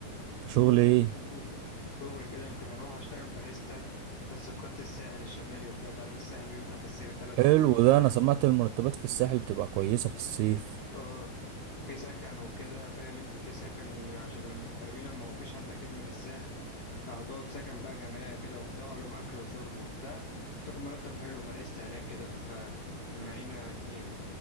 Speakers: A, on the right (about 90°); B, on the left (about 45°).
A: شغل
B: امم
A: ايه
B: قدامي شغل شغل كده يمكن اروح اشتغل باريستا بس في خط الساحل الشمالي وبتاع تعرف الساحل بيفتح في الصيف ثلاث
A: حلو
B: شهور وبتاع
A: ده انا سمعت المرتبات في الساحل بتبقى كويسه في الصيف
B: اه في سكن وكده فاهم انت في سكن عشان المغتربين لما ما هو فيش حد اكيد من الساحل فهتقعد سكن بقى جماعي وكده وبتاع لهم اكل وشرب وبتاع تاخد مرتب حلو باريستا هناك كده في في مارينا اتنين